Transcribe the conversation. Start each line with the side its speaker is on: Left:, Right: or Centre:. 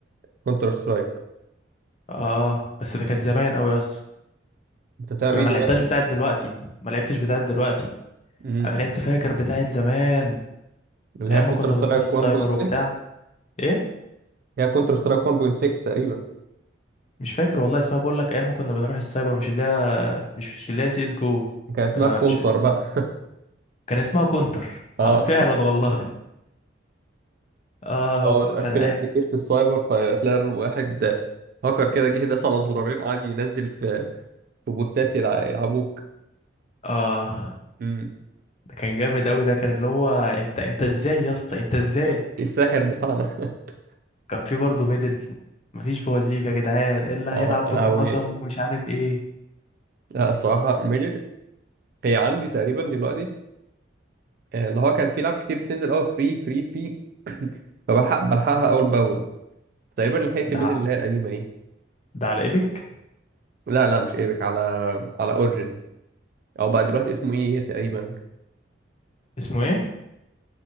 Right: كونتر سترايك
Left: اه بس ده كانت زمان قوي يا اسطى
Right: انت بتلعب
Left: انا
Right: ايه
Left: ما
Right: دلوقتي
Left: لعبتهاش بتاعت دلوقتي ما لعبتش بتاعت دلوقتي
Right: امم
Left: انا لعبت فاكر بتاعت زمان
Right: اللي
Left: ايام
Right: هي كونتر
Left: ما كنا
Right: سترايك
Left: بنروح السايبر
Right: 1.6
Left: وبتاع ايه
Right: هي كونتر سترايك 1.6 تقريبا
Left: مش فاكر والله اسمها بقول لك ايام ما كنا بنروح السايبر مش اللي هي مش مش اللي هي سي اس جو
Right: كان اسمها
Left: آه
Right: كونتر
Left: مش
Right: بقى
Left: كان اسمها كونتر
Right: <laughs> اه
Left: آه، فعلا والله <laughs> اه هو
Right: هو
Left: ك-
Right: ما بيبقاش
Left: كان
Right: في
Left: أي...
Right: ناس كتير في السايبر فتلاقي واحد هاكر كده جه داس على زرارين قعد ينزل في في بوتات يلع- يلعبوك
Left: اه
Right: امم
Left: ده كان جامد قوي ده كان اللي هو انت انت ازاي يا اسطى انت ازاي
Right: الساحر بتاعنا <laughs>
Left: كان في برضه ميدل مفيش بوازيك يا جدعان إيه اللي
Right: اه
Left: هيلعب
Right: لهوي
Left: بقناصه ومش عارف ايه
Right: لا الصراحة ميدل هي عندي تقريبا دلوقتي آه، اللي هو كان في لعب كتير بتنزل قوي فري فري فري <coughs> فبلحق بلحقها اول باول تقريبا لحقت
Left: ده
Right: ميدل اللي هي القديمة دي
Left: ده على ايبك
Right: لا لا مش ايبك على على اورجن او بقى دلوقتي اسمه اي اي تقريبا
Left: اسمه ايه